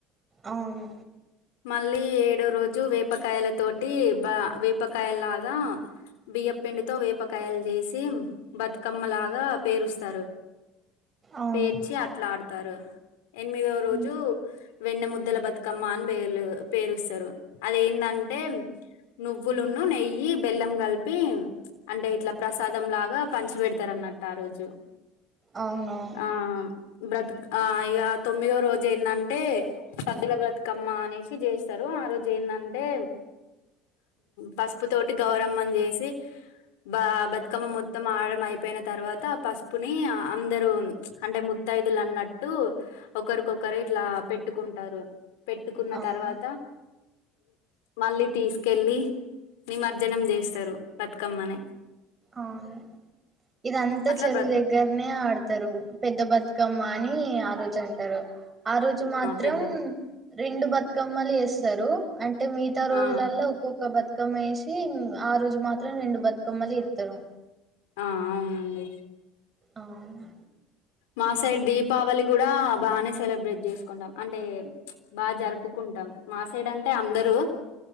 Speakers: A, on the right; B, on the left.
A: అవును
B: మళ్ళీ ఏడో రోజు వేపకాయల తోటి బా వేపకాయల లాగా బియ్యప్ పిండితో వేపకాయలు చేసి బతుకమ్మ లాగా పేరుస్తారు
A: అవును
B: పేర్చి అట్లా ఆడుతారు ఎనిమిదో రోజు
A: ఉమ్,
B: వెన్న ముద్దల బతుకమ్మ అని పేలు పేరుస్తారు అదేంటంటే నువ్వులును నెయ్యి, బెల్లం కలిపి అంటే ఇట్లా ప్రసాదం లాగా పంచి పెడతారు అన్నట్టు ఆ రోజు
A: అవునవును
B: ఆ బ్రతు ఆ ఇక తొమ్మిదో రోజు ఏందంటే సద్దుల బ్రతుకమ్మ అనేసి చేస్తారు ఆ రోజు ఏందంటే పసుపు తోటి గౌరమ్మని చేసి బా బతుకమ్మ మొత్తం ఆడం అయిపోయిన తర్వాత పస్ పుని అందరు అంటే ముత్తైదులు అన్నట్టు ఒకరికొకరు ఇట్లా పెట్టుకుంటారు పెట్టుకున్న
A: అవును
B: తర్వాత వాళ్ళే తీసు కెళ్ళి నిమజ్జనం చేస్తారు బతుకమ్మని
A: అవునులే ఇదంతా
B: అట్లా
A: చెరువు
B: బ్ర
A: దగ్గరనే ఆడు తారు పెద్ద బతుకమ్మ అని ఆ రోజు అంటారు ఆ రోజు మాత్రం
B: పెద్ద బ
A: రెండు బతుకమ్మలు చేస్తారు అం టే మిగతా రోజులల్లో
B: ఆ
A: ఒక్కొక్క బతుకమ్మ వేసి ఆ రోజు మాత్ రం రెండు బతుకమ్మలు <unintelligible>
B: ఆ అవునండి
A: అవునా
B: మా సైడ్ దీపావళి కూడా బానే సెలబ్రేట్ చేసుకుంటాం అంటే బా జరుపుకుంటాం మాసేడు అంటే అందరూ
A: అవును